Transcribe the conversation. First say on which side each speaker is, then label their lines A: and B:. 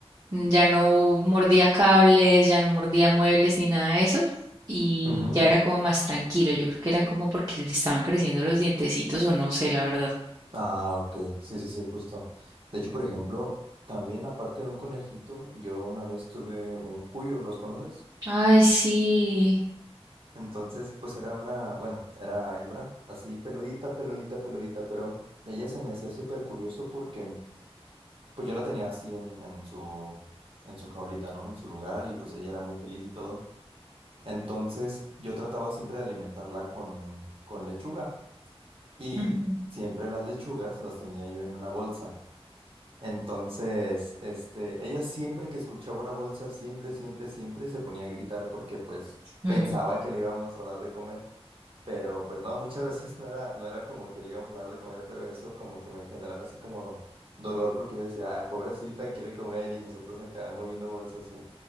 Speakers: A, on the right (about 40°); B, on the right (about 60°).
A: mm, Ya no mordía cables, ya no mordía muebles ni nada de eso. Y
B: Ujú.
A: ya era como más tranquilo. Yo creo que era como porque le estaban creciendo los dientecitos o no sé, la verdad.
B: Ah, ok, sí, sí, sí, justo. De hecho, por ejemplo, también aparte de un conejito, yo una vez tuve un cuyo, ¿los conoces?
A: Ay, sí.
B: Entonces, pues era una, bueno, era hembra, así peludita, peludita, peludita, pero ella se me hacía súper curioso porque pues yo la tenía así en, en su, en su jaulita, ¿no? En su lugar y pues ella era muy feliz y todo. Entonces yo trataba siempre de alimentarla con, con lechuga y
A: Ujú.
B: siempre las lechugas las tenía yo en una bolsa. Entonces, este, ella siempre que escuchaba una bolsa, siempre, siempre, siempre se ponía a gritar porque pues
A: Mm,
B: pensaba que le íbamos a dar de comer. Pero pues no, muchas <laughs> veces no era, no era como que le íbamos a dar de comer, pero eso como que me generaba así como dolor porque yo decía, ay, pobrecita, quiere comer y nosotros acá moviendo bolsas y,